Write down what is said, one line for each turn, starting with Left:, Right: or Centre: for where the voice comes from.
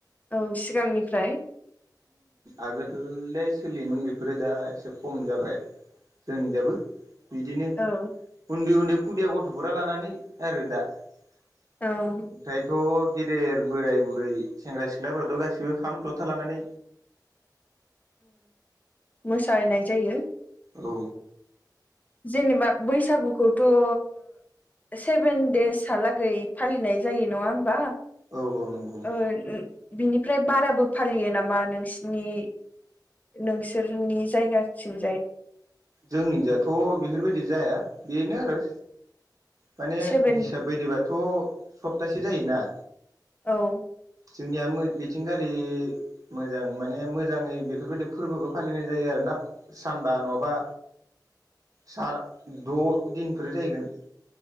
Left: औ सिगांनिफ्राय
Right: आगोलथ सोलियोमोन बेफोरो दा एसे खम जाबाय जोंनिजाबो बिदिनो
Left: औ
Right: उन्दै उन्दै खुदिया गथ'फोरा लानानै आरो दा ओमफ्रायथ'
Left: औ
Right: गेदेर बोराय-बुरै सेंग्रा-सिख्लाफोराथ' गासिबो खाम, जथा लानानै
Left: मोसानाय जायो
Right: औ
Left: जेनेबा बैसागुखौथ' ओ सेभेन देसहालागै फालिनाय जायो नङा होमबा?
Right: औ औ नंगौ
Left: ओ बिनिफ्राय बाराबो फालियो नामा नोंसिनि नोंसोरनि जायगाथिंजाय
Right: जोंनि जाथ' बेफोरबायदि जाया बेनो आरो माने
Left: सेभेन
Right: हिसाब बायदबाथ' सप्तासे जायोना
Left: औ
Right: जोंनिया बेथिंगालि मोजां माने मोजाङै बेफोरबायदि फोरबोखौ फालिनाय जायो आरोना सानबा नङाबा सा द' दिनफोर जाहैगोन